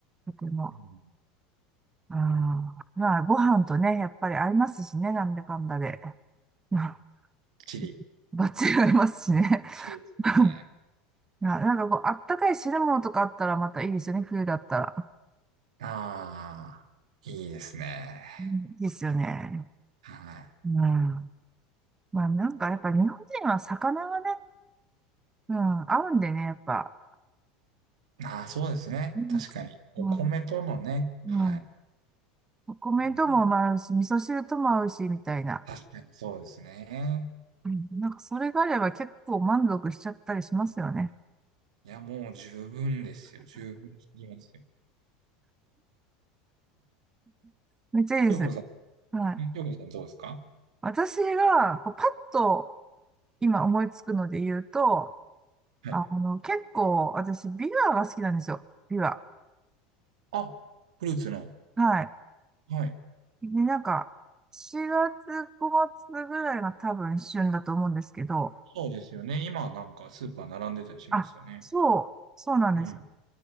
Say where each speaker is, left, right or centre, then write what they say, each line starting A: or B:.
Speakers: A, on the right; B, on the right.
A: とても。
B: うん。
A: うん。まあ、ご飯とね、やっぱり合いますしね、なんだかんだで。まあ、
B: チリ。
A: <laughs> バッチリ合いますしね。
B: チリですね。
A: <laughs> な、なんかこう、あったかい汁物とかあったらまたいいですよね、冬だったら。
B: ああ、いいですね。
A: うん、いいですよね。
B: はい。
A: うん。まあなんかやっぱ日本人は魚がね、うん、合うんでね、やっぱ。
B: ああ、そうですね。
A: うん、
B: 確かに。お米とのね。
A: うん、うん
B: はい。
A: お米とも合うし、
B: うん
A: 味噌汁とも合うし、みたいな。
B: 確かにそうですね。
A: うん、なんかそれがあれば結構満足しちゃったりしますよね。
B: いや、もう十分ですよ。十分すぎますよ。
A: めっちゃいいですね。
B: よこさ
A: はい。
B: ん、んよこさんどうですか
A: 私が、こうパッと今思いつくので言うと、
B: はい。
A: あの、結構私、ビワが好きなんですよ。ビワ。
B: あ、フルーツの。
A: はい。
B: はい。
A: ね、なんか、4月、5月ぐらいが多分旬だと思うんですけど、
B: そうですよね。今なんかスーパー並んでたりしますよね。
A: あ、そう、そうなんです。
B: うん。